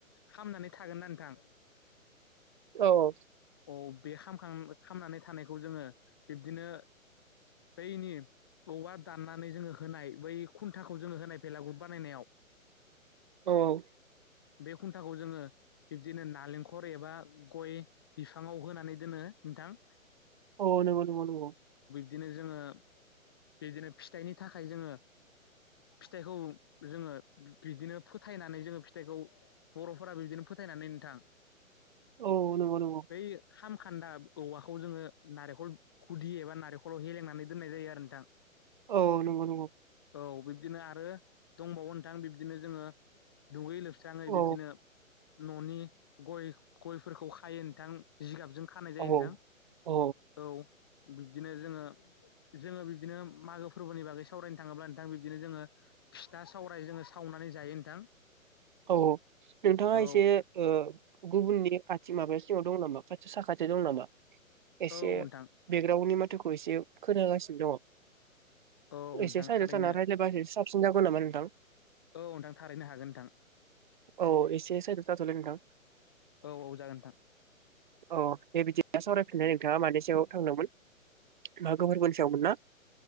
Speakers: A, on the left (about 20°); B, on the right (about 35°).
A: खामनानै थागोनना नोंथां
B: औ औ
A: औ बि खामखां खामनानै थानायखौ जोङो बिब्दिनो बैनि औवा दाननानै जोङो होनाय बै खुन्थाखौ जोङो होनाय भेलागुर बानायनायाव
B: औ औ
A: बे खुन्थाखौ जोङो बिब्दिनो नालेंखर एबा गय - बिफाङाव होनानै दोनो नोंथां
B: औ औ नोंगौ नोनगौ नोंगौ।
A: बिदिनो जोङो बिदिनो फिथाइनि थाखाय जोङो फिथाइखौ जोङो बिदिनो फोथायनानै जोङो फिथाइखौ बर'फोरा बिदिनो फोथायनानै नोंथां
B: औ नोंगौ नोंगौ।
A: खामखोन्दा औवाखौ जोङो नारेंखल गुदि एबा नारेंखलाव हेलेंनानै दोननाय जायो आरो नोंथां।
B: औ नोंगौ नोंगौ।
A: औ बिब्दिनो आरो दंबावो नोंथां बिब्दिनो जोङो दुगै-लोब स्राङै
B: औ
A: बिब्दिनो न'नि गय-गयफोरखौ खायो नोंथां जिगाबजों खानाय जायो
B: औ
A: नोंथां,
B: औ
A: औ। बिब्दिनो जोङो, जोङो बिब्दिनो मागो फोरबोनि बागै सावरायनो थाङोब्ला नोंथां बिब्दिनो जोङो फिथा-सावराय जोङो सावनानै जायो नोंथां।
B: औ नोंथाङा
A: औ
B: एसे ओ गुबुननि खाथि माबा दं नामा खाथि साखाथियाव दं नामा? एसे
A: औ नोंथां
B: बेकग्राउनि मा जोंखौ एसे खोनागासिनो दङ
A: औ नोंथां
B: एसे साइडआव
A: थारैनो
B: थानानै रायलायबा सा बसिन जागौ नामा नोंथां?
A: औ नोंथां, थारैनो हागोन नोंथां।
B: औ एसे साइडआव थाथ'लाय नोंथां।
A: औ औ जागोन नोंथां
B: अ दे बिदिनो सावराय फिननाय नोंथाङा मानै सायाव थांदोंमोन? मागो फोरबोनि सायावमोन ना?